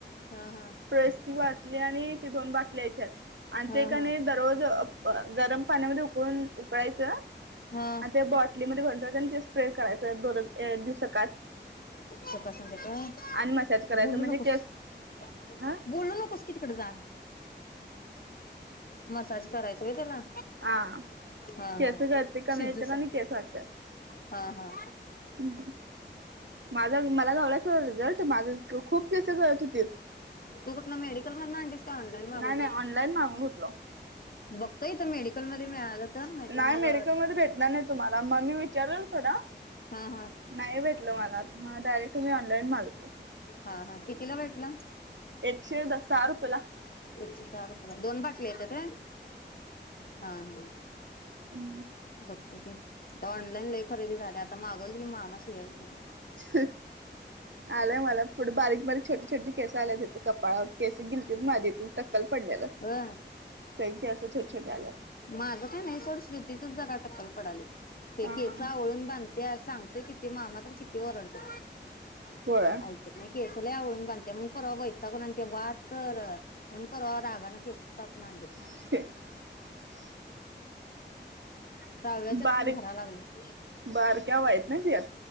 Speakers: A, on the left; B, on the right.
A: हा हा
B: <unintelligible> <unintelligible> आणि ते दोन बाटल्या येत्यात. आणि
A: हा
B: ते कनई
A: हा.
B: दररोज अ गरम पाण्यामध्ये उकळून उकळायचं आणि
A: हा
B: त्या बॉटलीमध्ये भ त्यात आणि ते स्प्रे करायच दररोज दिवसांत
A: पका संगट होय
B: आणि मसाज करायचं
A: बोलू
B: म्हणजे
A: नकोस
B: केस
A: बोलू
B: ह
A: नकोस, की तिकड जा. मसाज करायच होय त्याला?
B: हा
A: हा
B: केस
A: हा.
B: गळती कमी
A: शिजूचा
B: येत्यात आणि केस वाढत्यात.
A: हा हा
B: हम्म, हम्म. माझ मला घावला सोड रिझल्ट. माझं खूप केस गळत होतीत.
A: तू कुठन मेडिकल मधन आणलीस का ऑनलाईन मागवून?
B: नाही, नाही ऑनलाईन मागवुन घेतलो.
A: बघतो इथं मेडिकलमध्ये मिळालं तर नाहीतर
B: नाय
A: मग
B: मेडिकलमध्ये भेटणार नाय तुम्हाला मग मी विचारल सोडा.
A: हा हा.
B: नाही भेटल मला ह डायरेक्ट तुम्ही ऑनलाईन माग <unintelligible>
A: हा हा कितीला <inaudible>
B: एकशे दस सहा रुपयेला.
A: एकशे सहा रुपये ला दोन बाटल्या येत्यात होय? हा हा.
B: हम्
A: <inaudible> आता ऑनलाईन लय खरेदी झाल्या आता मागवलं की मामा शिव्याच देणार.
B: <inaudible> आलंय मला फूड बारीक बारीक छोटे छोटे केसं आल्यात इथं कपाळावर केस गेलतीत माझी ट कलं पडललेल.
A: होय
B: सगळी <unintelligible> छड्याला
A: माझं काय नाही सोड, श्रूतीचच जरा टक्कल पडालय. ते
B: हा
A: केसं आवळून बांधत्या सांग किती मामा तर किती ओरडते.
B: होय.
A: आयकत नाही केस लय आवळून बान ते म्हण परवा वैतागून आणते वा तर म्हण परवा रागान केसच कापून आणलेत.
B: <inaudible>
A: सहाव्याच्यात
B: बारीक
A: पण भराय लागलेत
B: बारक्या उवायतं ना तियात.